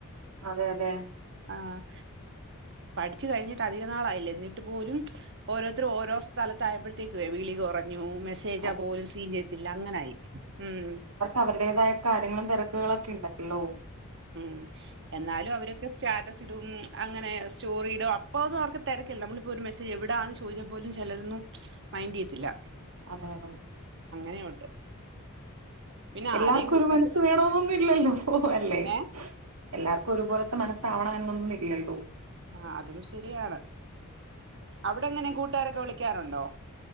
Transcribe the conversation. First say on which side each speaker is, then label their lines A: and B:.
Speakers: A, on the right (about 75°); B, on the right (about 55°).
A: അതെ അതെ
B: ആഹ് പഠിച്ച് കഴിഞ്ഞിട്ട് അധിക നാളായില്ല എന്നിട്ട് പോലും ഓരോരുത്തരും ഓരോ സ്ഥലത്ത ആയപ്പഴ്ത്തേക്ക് വിളി കൊറഞ്ഞുെ മെ സേജ
A: അത്
B: പോലും സീൻ ചെയ്യത്തില്ല അങ്ങനായി ഉം
A: അവര്ടേതായ കാര്യങ്ങളും തെരക്ക്കളൊക്കെ ഇണ്ടല്ലോ
B: ഉം എന്നാലും അവരൊക്കെ സ്റ്റാറ്റസ് ഇടും അങ്ങനെ സ്റ്റോറിടും അപ്പോ ഒന്നും അവർക്ക് തെരക്കില്ല നമ്മളിപ്പോ ഒരു മെ എവിടാന്ന് ചോദിച്ച പോലും ചെലരൊന്നും മൈൻഡ്ച്ചിയത്തില്ല
A: അതെ അതെ
B: അങ്ങനെയുണ്ട് പിന്നെ
A: എല്ലാർക്കും
B: ആരെയും കുറ്റപ്പെടു
A: ഒരു മനസ്സ് വേണോനൊന്നും ഇല്ലല്ലോ അല്ലെ
B: ഏഹ്
A: എല്ലാർക്കും ഒരുപോലത്തെ മനസ്സാവണം എന്നൊന്നും ഇല്ലല്ലോ
B: ആഹ് അതും ശരിയാണ് അവിടെ എങ്ങനെ കൂട്ടാരൊക്കെ വിളിക്കാറുണ്ടോ